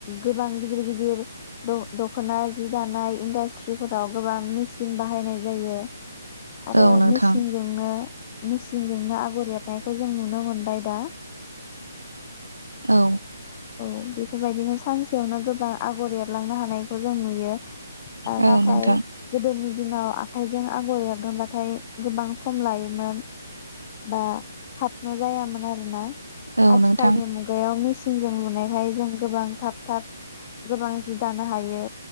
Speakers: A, on the left; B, on the right.
A: गोबां गिदिर गिदिर द-दख'ना जि दानाय इन्डास्ट्रिफोराव गोबां मेसिन बाहायनाय जायो। ओ
B: औ नोंथां
A: मिसिनजोंनो मिसिनजोंनो आगर एरनायखौ जों नुनो मोनबाय दा।
B: औ।
A: औ बेफोरबायदिनो सानसेयावनो गोबां आगर एरलांनो हानायखौ जों नुयो। ओ
B: औ
A: नाथाय
B: नोंथां
A: गोदोनि दिनाव आखाइजों आगर एरदोंबाथाय गोबां सम लायोमोन बा थाबनो जायामोन आरोना।
B: औ
A: आथिखालनि
B: नोंथां
A: मुगायाव मि चिसिनजों लुनायखाय जों गोबां थाब थाब गोबां जि दानो हायो।